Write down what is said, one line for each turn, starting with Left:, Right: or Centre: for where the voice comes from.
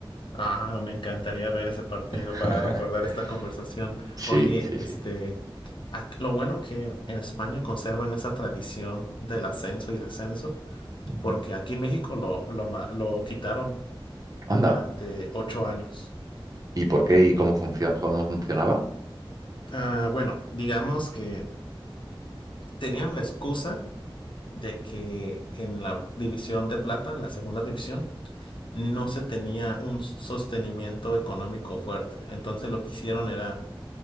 Left: Ah, me encantaría ver ese partido
Right: <laughs>
Left: para recordar esta conversación.
Right: Sí,
Left: Oye,
Right: sí,
Left: este,
Right: sí.
Left: ac- lo bueno que en, en España conservan esa tradición del ascenso y descenso,
Right: Ujú.
Left: porque aquí en México lo, lo, ma- lo quitaron
Right: Anda.
Left: durante ocho años.
Right: ¿Y por qué y cómo funciona, cómo funcionaba?
Left: Ah, bueno, digamos que tenían la excusa. de que en la división de plata, la segunda división, no se tenía un sostenimiento económico fuerte. Entonces lo que hicieron era